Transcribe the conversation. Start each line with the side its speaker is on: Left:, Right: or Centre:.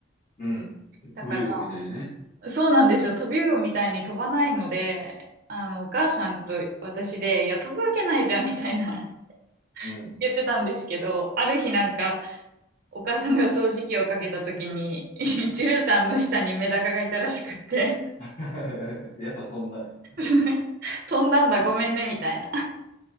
Left: うん。
Right: だか
Left: 飛び魚みたいにね。
Right: ら、そうなんですよ。飛び魚みたいに飛ばないので、あの、お母さんと私で、いや、飛ぶわけないじゃんみたいな <laughs>
Left: うん。
Right: 言ってたんですけど、ある日なんか、お母さんが掃除機をかけた時に、<laughs> 絨毯の下にメダカがいたらしくって、
Left: <laughs> やっぱ飛んだんや。
Right: <laughs> 飛んだんだ、ごめんね、みたいな